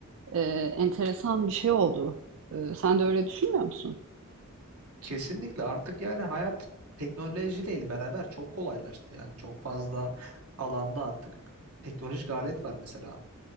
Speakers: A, on the right; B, on the right.
A: e, enteresan bir şey oldu. E, sen de öyle düşünmüyor musun?
B: Kesinlikle artık yani hayat teknolojiyle beraber çok kolaylaştı yani çok fazla alanda artık teknolojik alet var mesela